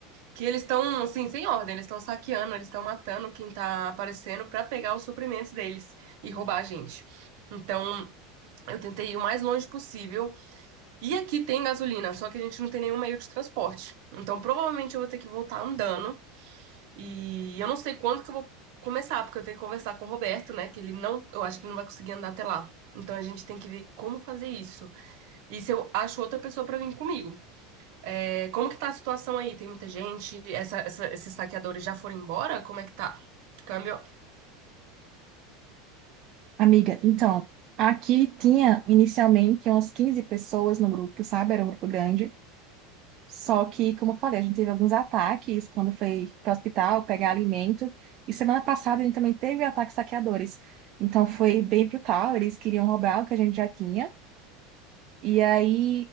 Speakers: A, on the right (about 55°); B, on the right (about 35°).
A: que eles estão, assim, sem ordem, eles estão saqueando, eles estão matando quem tá aparecendo pra pegar os suprimentos deles e roubar a gente. Então, eu tentei ir o mais longe possível e aqui tem gasolina, só que a gente não tem nenhum meio de transporte. Então, provavelmente eu vou ter que voltar andando. E eu não sei quando que eu vou começar, porque eu tenho que conversar com o Roberto, né? Que ele não, eu acho que ele não vai conseguir andar até lá. Então, a gente tem que ver como fazer isso. E se eu acho outra pessoa pra vir comigo. É, como que tá a situação aí? Tem muita gente? Essa, essa- esses saqueadores já foram embora? Como é que tá? Câmbio,
B: Amiga, então, aqui tinha inicialmente umas 15 pessoas no grupo, sabe? Era um grupo grande. Só que, como eu falei, a gente teve alguns ataques quando foi para o hospital pegar alimento. E semana passada a gente também teve ataques saqueadores. Então foi bem brutal, eles queriam roubar o que a gente já tinha. E aí,